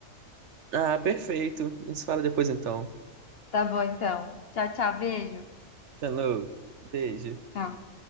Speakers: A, on the right; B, on the left.
A: Ah, perfeito. A gente se fala depois então.
B: tá bom então. Tchau, tchau, beijo.
A: Falou. Beijo.
B: Tchau.